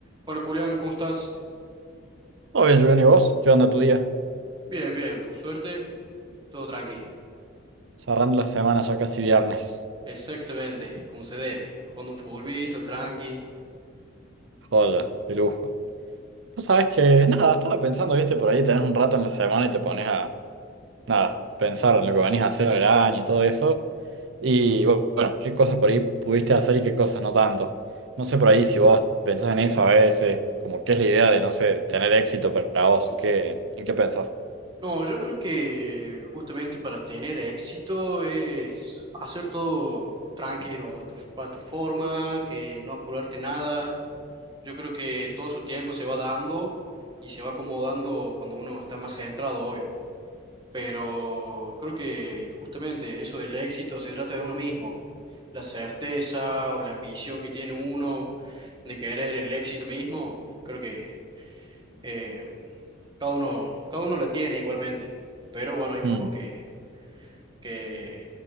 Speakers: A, on the right; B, on the right.
A: Hola Julián, ¿cómo estás?
B: Todo bien, Julián, ¿y vos? ¿Qué onda tu día?
A: Bien, bien, por suerte, todo tranqui.
B: Cerrando la semana ya casi viernes.
A: Exactamente, como se debe, jugando un futbolito, tranqui.
B: Joya, de lujo. Vos sabés que, nada, estaba pensando, viste, por ahí tenés un rato en la semana y te pones a, nada, pensar en lo que venís a hacer el año y todo eso. Y bu- bueno, qué cosas por ahí pudiste hacer y qué cosas no tanto. No sé por ahí si vos pensás en eso a veces, como qué es la idea de, no sé, tener éxito para vos, ¿qué, en qué pensás?
A: No, yo creo que justamente para tener éxito es hacer todo tranquilo, a tu, a tu forma, que no apurarte nada. Yo creo que todo su tiempo se va dando y se va acomodando cuando uno está más centrado, obvio. pero creo que justamente eso del éxito se trata de uno mismo, la certeza o la ambición que tiene uno de querer el éxito mismo, creo que eh, cada uno, cada uno la tiene igualmente, pero bueno, hay pocos
B: Hmm.
A: que, que,